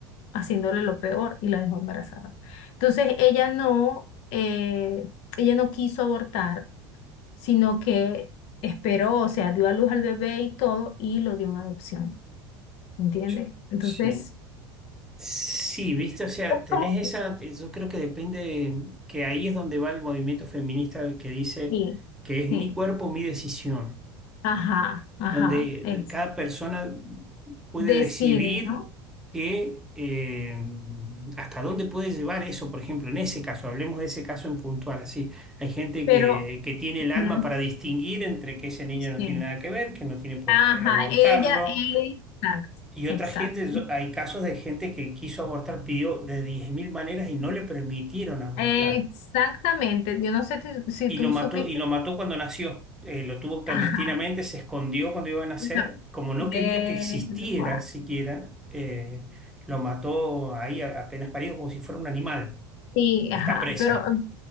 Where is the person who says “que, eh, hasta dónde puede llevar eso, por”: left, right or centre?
Centre